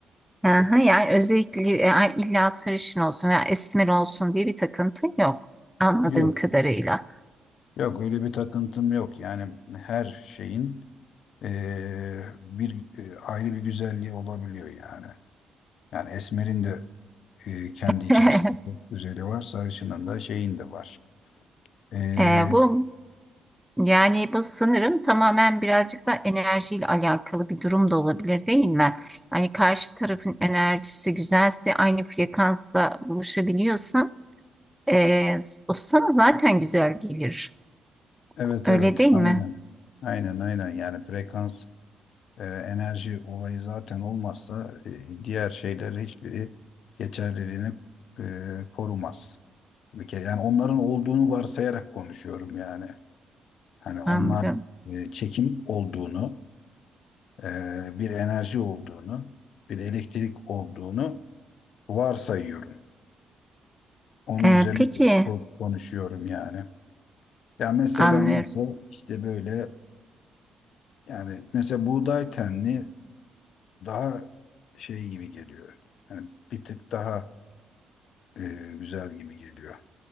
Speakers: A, in the centre; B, on the left.
A: Aha, yani özellikle e, ay- illa sarışın olsun veya esmer olsun diye bir takıntın yok anladığım
B: Yok.
A: kadarıyla.
B: Yok öyle bir takıntım yok. Yani her şeyin eee, bir eee, ayrı bir güzelliği olabiliyor yani. Yani esmerin de eee, kendi
A: <laughs>
B: içerisinde çok güzeli var. Sarışının da şeyin de var. Eee,
A: Ee, bu Yani bu sanırım tamamen birazcık da enerjiyle alakalı bir durum da olabilir değil mi? Hani karşı tarafın enerjisi güzelse aynı frekansla buluşabiliyorsan eee o sana zaten güzel gelir.
B: evet
A: Öyle
B: evet
A: değil
B: aynen.
A: mi?
B: Aynen aynen yani frekans E, enerji olayı zaten olmazsa e, diğer şeyler hiçbiri geçerliliğini e, korumaz. Bir kere yani onların olduğunu varsayarak konuşuyorum yani. Hani onlar
A: Anladım.
B: e, çekim olduğunu, e, bir enerji olduğunu, bir elektrik olduğunu varsayıyorum. Onun
A: Eee,
B: üzerine
A: peki
B: ko- konuşuyorum yani. Ya mesela
A: anlıyorum.
B: neyse işte böyle yani mesela buğday tenli daha şey gibi geliyor. Yani bir tık daha e, güzel gibi geliyor.